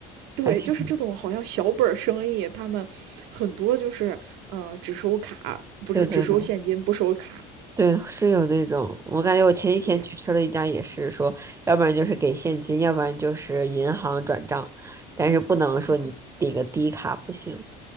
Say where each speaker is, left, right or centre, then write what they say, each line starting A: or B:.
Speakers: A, on the right (about 75°); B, on the right (about 15°).
A: 对，
B: 还挺，
A: 就是这种好像小本生意，他们很多就是呃只收卡，不是只收现金不收卡。
B: 对对对对，是有那种，我感觉我前几天去吃了一家，
A: 对
B: 也是说，要不然就是给现金，要不然就是银行转账，但是不能说你那个低卡不行。
A: 啊，